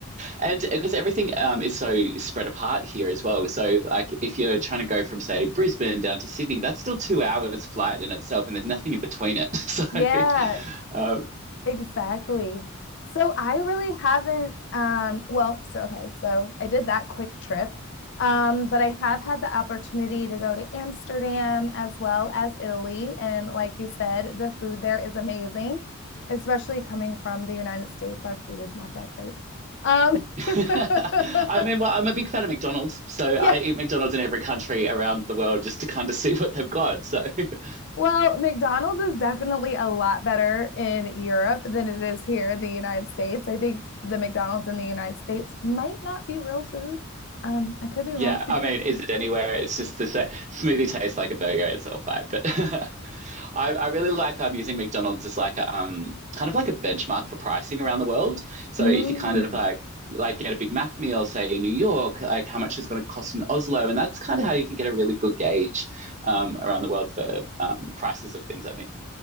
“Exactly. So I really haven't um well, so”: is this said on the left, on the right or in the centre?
Left